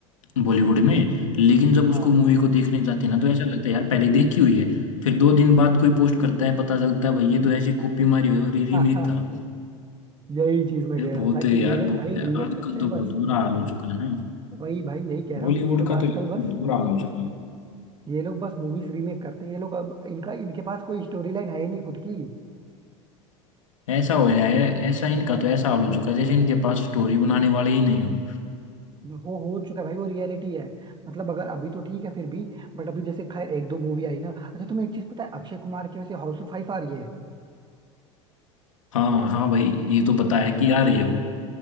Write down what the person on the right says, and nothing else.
हाँ
<laughs>
हम्म, यही चीज मैं
कह
रहा था
कि
ये लोग
भाई
रीमेक
करते हैं
बस
वही भाई यही कह रहा
हूँ कि ये लोग
आजकल
बस
ये लोग बस मूवीज रीमेक करते हैं ये लोग अब इनका इनके पास कोई स्टोरी लाइन है ही नहीं खुद की
वो हो चुका है भाई वो रियलिटी है मतलब अगर अभी तो ठीक है फिर भी बट अभी जैसे खैर एक दो मूवी आई ना अच्छा तुम्हें एक चीज पता है अक्षय कुमार की वैसे हाउसफुल फाइव आ रही है